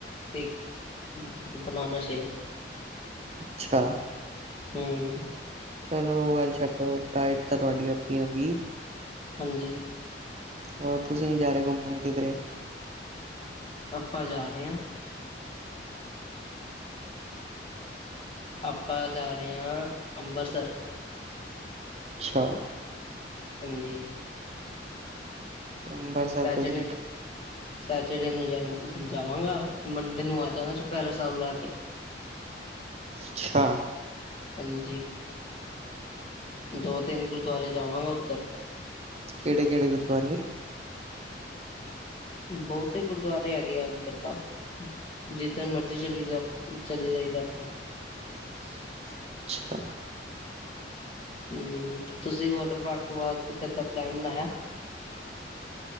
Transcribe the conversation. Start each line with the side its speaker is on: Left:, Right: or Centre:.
Left: ਤੇ ਬਨਾਨਾ ਸ਼ੇਕ।
Right: ਅੱਛਾ।
Left: ਹਮ।
Right: ਚਲੋ ਉਹ ਗੱਲ ਛੱਡੋ। ਡਾਈਟ ਤਾਂ ਤੁਹਾਡੀ ਆਪਣੀ ਹੋ ਗਈ।
Left: ਹਾਂ ਜੀ।
Right: ਹੋਰ ਤੁਸੀਂ ਨੀ ਜਾ ਰਹੇ ਘੁੰਮਣ ਕਿਧਰੇ?
Left: ਆਪਾਂ ਜਾ ਰਹੇ ਹਾਂ। ਆਪਾਂ ਜਾ ਰਹੇ ਹਾਂ ਅੰਬਰਸਰ।
Right: ਅੱਛਾ।
Left: ਪੰਜੀ।
Right: ਤੇ ਅੰਬਰਸਰ
Left: ਸੈਚਰਡੇ
Right: ਤੁਸੀਂ
Left: ਸੈਚਰਡੇ ਨੂੰ ਜਾਉ। ਜਾਵਾਂਗਾ ਤੇ ਮੰਡੇ ਨੂੰ ਆ ਜਾਵਗਾ ਚਪਹਿਰਾ ਸਾਹਿਬ ਲਾ ਕੇ।
Right: ਅੱਛਾ।
Left: ਪੰਜੀ। ਦੋ ਤਿੰਨ ਗੁਰਦੁਆਰੇ ਜਾਵਾਂਗਾ ਉੱਧਰ।
Right: ਕਿਹੜੇ ਕਿਹੜੇ ਗੁਰਦੁਆਰੇ?
Left: ਬਹੁਤੇ ਗੁਰਦੁਆਰੇ ਹੈਗੇ ਆ ਉੱਧਰ ਤਾਂ। ਜਿੱਧਰ ਮਰਜ਼ੀ ਚਲੀ ਜਾ ਚਲੇ ਜਾਈਦਾ ਉੱਥੋਂ।
Right: ਅੱਛਾ।
Left: ਹਮ ਤੁਸੀਂ ਵੋਟਰ ਪਾਰਕ ਤੋਂ ਬਾਅਦ ਕਿਤੇ ਦਾ ਪਲੈਨ ਬਣਾਇਆ? <inaudible>